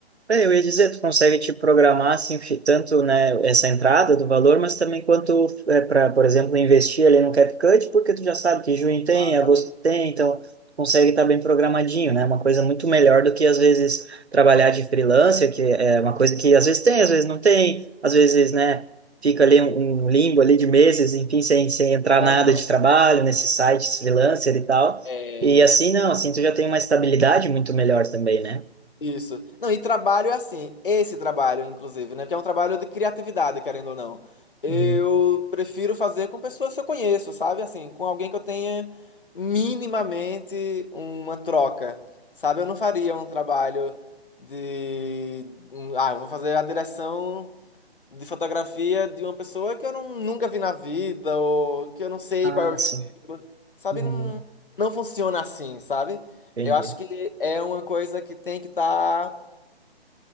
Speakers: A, on the right; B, on the left.
A: É, eu ia dizer, tu consegue te programar assim, fi- tanto, né, essa entrada do valor, mas também quanto é para, por exemplo, investir ali no CapCut, porque tu já sabe que junho
B: Exatamente.
A: tem, agosto tem, então tu consegue estar bem programadinho, né? Uma coisa muito melhor do que às vezes trabalhar de freelancer, que é uma coisa que às vezes tem, às vezes não tem, às vezes, né, fica ali um, um limbo ali de meses, enfim, sem, sem entrar
B: Exato.
A: nada de trabalho nesses sites freelancer e tal.
B: É,
A: E assim não, assim tu já tem uma estabilidade muito melhor também, né?
B: isso. Não, e trabalho é assim, esse trabalho, inclusive, né? Porque é um trabalho de criatividade, querendo ou não. Eu
A: Uhum.
B: prefiro fazer com pessoas que eu conheço, sabe? Assim, com alguém que eu tenha minimamente uma troca, sabe? Eu não faria um trabalho de. um, Ah, eu vou fazer a direção. de fotografia de uma pessoa que eu não, nunca vi na vida, ou que eu não sei
A: Ah,
B: qual é o estilo,
A: sim.
B: sabe?
A: Hum,
B: Não, não funciona assim, sabe?
A: entendi.
B: Eu acho que é uma coisa que tem que estar